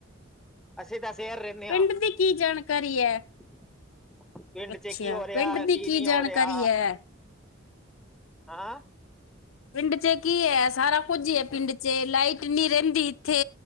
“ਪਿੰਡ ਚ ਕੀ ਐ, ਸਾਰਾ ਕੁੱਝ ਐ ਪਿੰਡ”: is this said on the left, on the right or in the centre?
Left